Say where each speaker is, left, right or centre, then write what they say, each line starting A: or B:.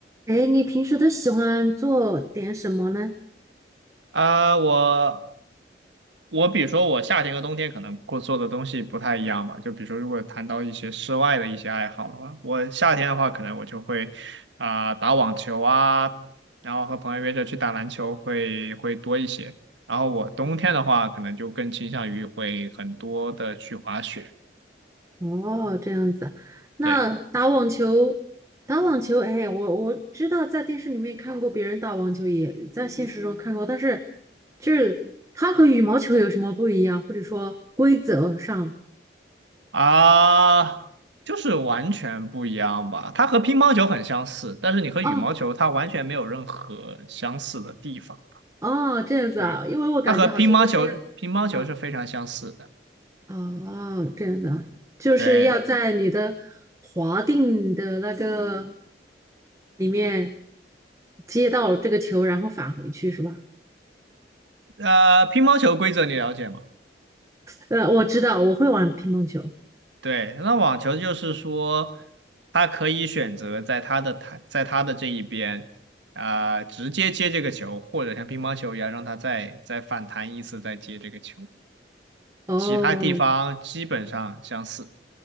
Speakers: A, on the right; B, on the right.
A: 哎，你平时都喜欢做点什么呢？
B: 啊、我我比如说我夏天和冬天可能过做的东西不太一样吧，就比如说如果谈到一些室外的一些爱好的话，我夏天的话可能我就会啊、打网球啊，然后和朋友约着去打篮球会会多一些。然后我冬天的话可能就更倾向于会很多的去滑雪，
A: 嗯，哦，这样子，那打网球，
B: 对
A: 打网球，哎，我我知道在电视里面看过别人打网球，也在现实中看过，但是就是它和羽毛球有什么不一样，或者说规则上？
B: 啊、就是完全不一样吧。它和乒乓球很相似，但是你和羽毛球它完全没有任何相似的地方。
A: 哦，哦，这样子啊，
B: 对，
A: 因为我感觉好像都是要，
B: 它和乒乓球乒乓球是非常相似的。
A: 啊。哦，这样子啊，就是要在你的划定的那个
B: 对，
A: 里面接到这个球，然后返回去是吧？
B: 呃，乒乓球规则你了解吗？
A: 呃，我知道，我会玩乒乓球。
B: 对，那网球就是说，他可以选择在他的台，在他的这一边，啊、直接接这个球，或者像乒乓球一样，让他再再反弹一次，再接这个球。
A: 哦
B: 其他地方基本上相似。